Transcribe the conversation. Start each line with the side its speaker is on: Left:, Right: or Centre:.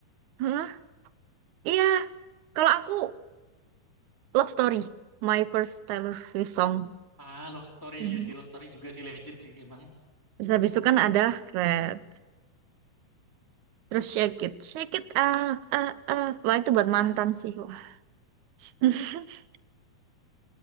Right: Hah? Iya. Kalau aku Love Story, my first Taylor Swift song.
Centre: Ah, Love Story
Right: Iya.
Centre: ya si Love Story juga si Legend sih emang.
Right: Terus habis itu kan ada Red. Terus shake it, shake it, ah, ah, ah. Wah, itu buat mantan sih, wah. <laughs>